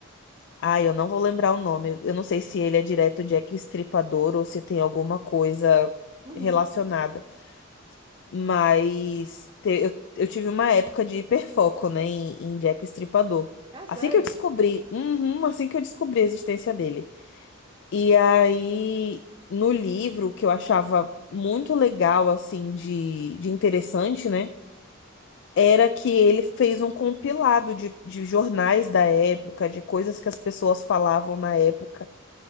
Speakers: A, on the left; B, on the right.
A: Ai, eu não vou lembrar o nome. Eu não sei se ele é direto Jack Estripador ou se tem alguma coisa
B: Uhum.
A: relacionada. Mas te- eu, eu tive uma época de hiperfoco, né, em, em Jack Estripador.
B: É sério?
A: Assim que eu descobri, uhum, assim que eu descobri a existência dele. E aí, no livro, que eu achava muito legal, assim, de, de interessante, né? era que ele fez um compilado de, de jornais da época, de coisas que as pessoas falavam na época.